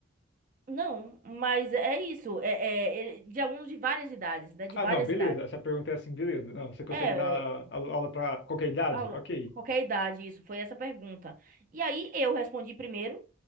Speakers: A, on the right; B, on the left.
A: Não, mas é isso. É, é, ele- de alunos de várias idades, né? De
B: Ah,
A: várias
B: não, beleza.
A: idades.
B: Essa pergunta é assim, beleza. Não, você consegue
A: É,
B: dar a- aula para qualquer idade?
A: a-
B: Ok.
A: qualquer idade, isso. Foi essa pergunta. E aí eu respondi primeiro,